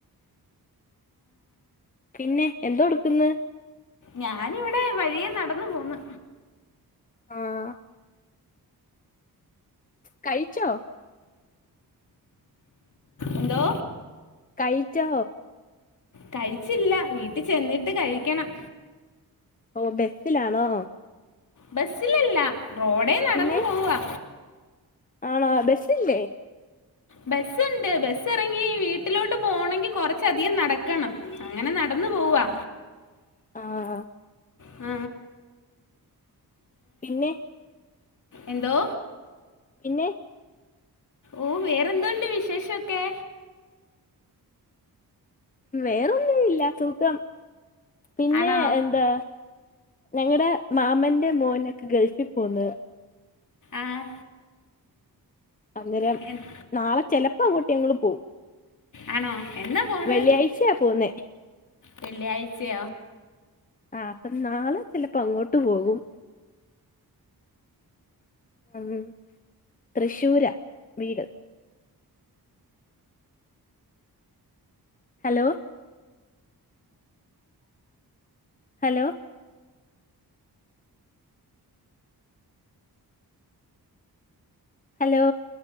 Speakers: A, on the left; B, on the left.
A: പിന്നെ എന്തോ എടുക്കന്ന്?
B: ഞാന് ഇവിടെ വഴിയെ നടന്നു പോന്ന്.
A: ആഹ് കഴിച്ചോ?
B: എന്തോ
A: കഴിച്ചോ?
B: കഴിച്ചില്ല വീട്ടിൽ ചെന്നിട്ട് കഴിക്കണം.
A: ഓ ബസ്സിലാണോ?
B: ബസ്സിലല്ല റോഡേ നടന്നു
A: പിന്നെ
B: പോവാ.
A: ആണോ ബസ്സ് ഇല്ലേ.
B: ബസ്സ് ഉണ്ട് ബസ്സ് ഇറങ്ങി വീട്ടിലോട്ട് പോണങ്കി കൊറച്ചധികം നടക്കണം. അങ്ങനെ നടന്ന ഇന്ന് പോവാ.
A: ആഹാ.
B: മ്
A: പിന്നെ.
B: എന്തോ.
A: പിന്നെ.
B: ഓ വേറെന്തുണ്ട് വിശേഷൊക്കെ.
A: വേറൊന്നും ഇല്ല സുഖം. പിന്നെ
B: ആണോ
A: എന്താ? ഞങ്ങളടെ മാമന്റെ മോനൊക്കെ ഗൾഫിൽ പോന്ന്.
B: ആഹ്.
A: അന്നേരം
B: എൻ-
A: നാളെ ചെലപ്പോ അങ്ങോട്ട് ഞങ്ങൾ പോവും.
B: ആണോ എന്നാ പോണ്
A: വെള്ളിയാഴ്ചയാ പോവുന്നെ.
B: വെള്ളിയാഴ്ചയോ?
A: ആ അപ്പൊ നാളെ ചിലപ്പോ അങ്ങോട്ട് പോകും. മ്മ് തൃശ്ശൂരാ വീട്. ഹലോ. ഹലോ. ഹലോ